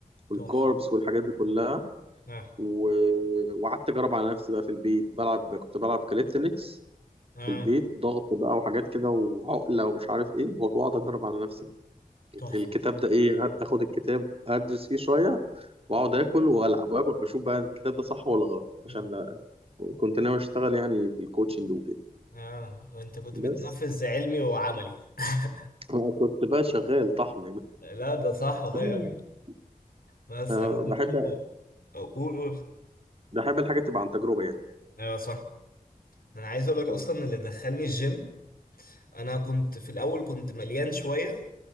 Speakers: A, on the right; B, on the left.
A: والكاربس
B: تحفه
A: والحاجات دي كلها
B: اه
A: و- وقعدت اجرب على نفسي بقى في البيت بلعب كنت بلعب كاليستنكس
B: اه
A: في البيت ضغط بقى وحاجات كده وعقلة ومش عارف ايه واقعد اجرب على نفسي
B: تحفه
A: الكتاب ده ايه اخد الكتاب ادرس فيه شوية واقعد اكل والعب واكل اشوف بقى الكتاب ده صح ولا غلط
B: مم.
A: عشان لا كنت ناوي اشتغل يعني في الكوتشنج وكده
B: اه انت كنت بتنفذ
A: بس
B: علمي وعملي <laughs>
A: أنا كنت بقى شغال طحن
B: لا ده صح
A: <laughs>
B: والله قوي بس
A: فبحب
B: انا برضه اقول قول.
A: بحب الحاجة تبقى عن تجربة يعني
B: ايوه صح انا عايز اقول لك
A: مم.
B: اصلا اللي دخلني الجيم انا كنت في الاول كنت مليان شويه